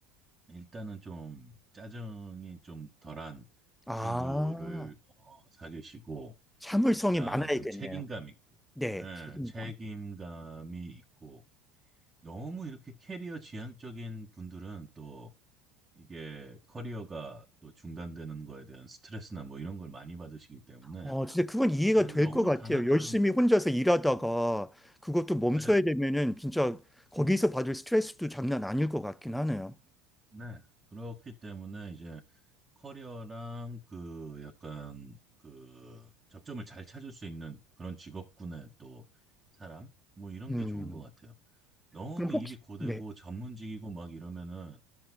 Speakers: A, on the right (about 20°); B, in the centre.
A: 일단은 좀 짜증이 좀 덜한
B: 아,
A: 친구를 어, 사귀시고
B: 참을성이
A: 그다음에
B: 많아야겠네요.
A: 좀 책임감 있고
B: 네.
A: 예,
B: 책임.
A: 책임감이 있고 너무 이렇게 캐리어 지향적인 분들은 또 이게 커리어가 또 중단되는 거에 대한 스트레스나 뭐 이런 걸 많이 받으시기 때문에
B: 어, 진짜 그건 이해가
A: 그런
B: 될
A: 게 너무
B: 것 같아요.
A: 강하면
B: 열심히
A: 좀
B: 혼자서 일하다가 그것도 멈춰야
A: 맞아요.
B: 되면은 진짜 거기서
A: 음,
B: 받을 스트레스도 장난 아닐 것 같긴 하네요.
A: 네. 그렇기 때문에 이제 커리어랑 그 약간 그 접점을 잘 찾을 수 있는 그런 직업군의 또 사람 뭐 이런
B: 음.
A: 게 좋은 것 같아요. 너무
B: 그럼 혹시,
A: 일이 고되고
B: 네,
A: 전문직이고 막 이러면은